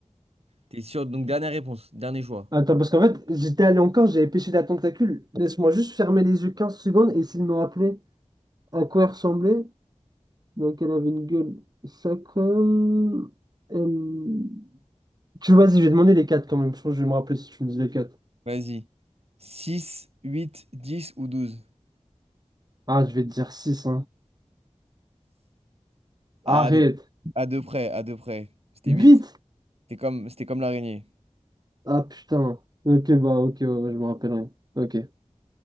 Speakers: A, on the right (about 55°); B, on the right (about 35°).
A: t'es sûr? Donc, dernière réponse, dernier choix.
B: Attends, parce qu'en fait, j'étais allé encore, j'avais pêché la tentacule. Laisse-moi juste fermer les yeux quinze secondes et essayer de me rappeler à quoi elle ressemblait. Donc, elle avait une gueule. Ça comme. elle- Tu vois, vas-y, je vais demander les 4 quand même. Je pense que je vais me rappeler si tu me dis les quatre
A: Vas-y. six huit 10 ou douze
B: Ah, je vais te dire 6, Arrête.
A: Ah, t'es- à deux près, à deux près. C'était
B: Vite!
A: huit C'était comme, c'était comme l'araignée.
B: Ah putain. Ok, bah ok, ouais, ouais, je me rappellerai. Ok.